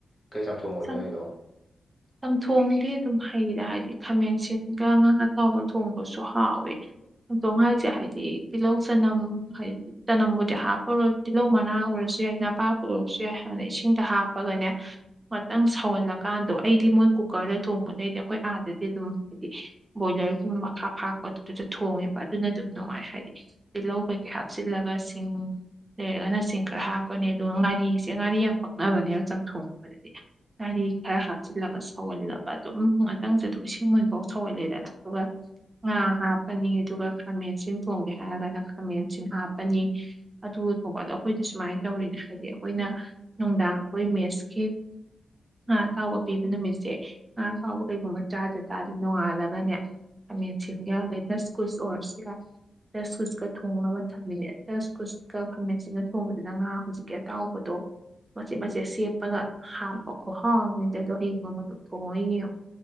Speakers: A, on the left; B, on the right.
A: ꯀꯩ ꯆꯥꯝꯊꯣꯡ ꯑꯣꯏꯗꯣꯏꯅꯣ
B: ꯆꯪ
A: ꯑꯩꯗꯣ
B: ꯆꯝꯊꯣꯡꯗꯤ ꯑꯗꯨꯝ ꯍꯩꯗ ꯍꯥꯏꯗꯤ ꯈꯥꯃꯦꯟꯁꯤꯟꯒ ꯉꯥꯡ ꯑꯇꯥꯎꯕ ꯊꯣꯡꯕꯁꯨ ꯍꯥꯎꯋꯤ ꯑꯗꯣ ꯍꯥꯏꯁꯦ ꯍꯥꯏꯗꯤ ꯇꯤꯜꯍꯧ ꯆꯅꯝ ꯍꯥꯏꯗꯤ ꯇꯅꯝꯕꯨꯗꯤ ꯍꯥꯞꯄꯔꯣꯏ ꯇꯤꯜꯍꯧ ꯃꯅꯥ ꯑꯣꯏꯔꯁꯨ ꯌꯥꯏ ꯅꯄꯥꯛꯄꯨ ꯑꯣꯏꯔꯁꯨ ꯌꯥꯏ ꯑꯗꯨꯅ ꯏꯁꯤꯡꯗ ꯍꯥꯞꯄꯒꯅꯦ ꯉꯥꯛꯇꯪ ꯁꯧꯍꯜꯂꯀꯥꯟꯗꯣ ꯑꯩꯗꯤ ꯃꯣꯏ ꯀꯨꯀꯔꯗ ꯊꯣꯡꯕꯗꯩꯗꯤ ꯑꯩꯈꯣꯏ ꯑꯥꯗꯗꯤ ꯑꯗꯨꯝ ꯍꯥꯏꯗꯤ ꯕꯣꯏꯂꯔꯒꯨꯝꯕ ꯃꯈꯥ ꯐꯥꯛꯄ ꯑꯗꯨ ꯑꯗꯨꯗ ꯊꯣꯡꯉꯦꯕ ꯑꯗꯨꯅ ꯑꯗꯨꯝ ꯅꯨꯡꯉꯥꯏ ꯍꯥꯏꯗꯤ ꯇꯤꯜꯍꯧ ꯀꯩꯀꯩ ꯍꯥꯞꯆꯤꯜꯂꯒ ꯁꯤꯡ ꯂꯩꯔꯒꯅꯁꯤꯡ ꯈꯔ ꯍꯥꯞꯄꯅꯦ ꯑꯗꯨꯒ ꯉꯥꯔꯤꯁꯦ ꯉꯥꯔꯤ ꯌꯥꯝ ꯄꯛꯅꯕꯅꯦꯕ ꯆꯝꯊꯣꯡꯕꯗꯗꯤ ꯉꯥꯔꯤ ꯈꯔ ꯍꯥꯞꯆꯤꯜꯂꯒ ꯁꯧꯍꯜꯂꯕ ꯑꯗꯨꯝ ꯉꯇꯪꯁꯨ ꯑꯗꯨꯝ ꯏꯁꯤꯡ ꯃꯣꯏꯟꯐꯥꯎ ꯁꯧꯍꯜꯂꯦꯗꯅ ꯋꯥ ꯍꯥꯞꯄꯅꯤ ꯑꯗꯨꯒ ꯈꯥꯃꯦꯟ ꯑꯁꯤꯟ ꯊꯣꯡꯒꯦ ꯍꯥꯏꯔꯒꯅ ꯈꯥꯃꯦꯟ ꯑꯁꯤꯟ ꯍꯥꯞꯄꯅꯤ ꯑꯗꯨ ꯊꯣꯛꯄ ꯑꯗꯣ ꯑꯩꯈꯣꯏꯗꯤ ꯁꯨꯃꯥꯏꯅ ꯇꯧꯔꯤꯅꯦ ꯍꯥꯏꯗꯤ ꯑꯩꯈꯣꯏꯅ ꯅꯨꯡꯗꯥꯡ ꯑꯩꯈꯣꯏ ꯃꯦꯠꯁꯀꯤ ꯑ ꯑꯇꯕ ꯄꯤꯕ ꯅꯨꯃꯤꯠꯁꯦ ꯑ ꯑꯇꯥꯎꯕ ꯀꯩꯒꯨꯝꯕ ꯆꯥꯗ ꯇꯥꯗꯤꯦ ꯅꯣꯡꯉꯥꯜꯂꯒꯅꯦ ꯑ ꯖꯤꯒꯌꯥꯗ ꯏ ꯅꯁꯀꯨꯁ ꯑꯣꯔꯁꯤ ꯌꯥ ꯗꯁ ꯀꯨꯋꯁꯀ ꯊꯣꯡꯅꯕ ꯊꯝꯃꯤꯅꯦ ꯗꯁ ꯀꯨꯋꯁꯀ ꯐꯃꯦꯁꯤꯒ ꯊꯣꯡꯕꯕꯁꯤꯅ ꯉꯥ ꯍꯧꯖꯤꯛꯀꯤ ꯑꯇꯥꯎꯕꯗꯣ ꯃꯆꯦꯠ ꯃꯆꯦꯠ ꯁꯦꯠꯄꯒ ꯍꯥꯃ ꯈꯣ ꯍꯥꯎꯅꯤꯗ ꯑꯗꯣ ꯍꯌꯦꯒꯨꯝ ꯑꯃ ꯑꯗꯨꯝ ꯊꯣꯡꯉꯒ ꯌꯦꯡꯉꯣ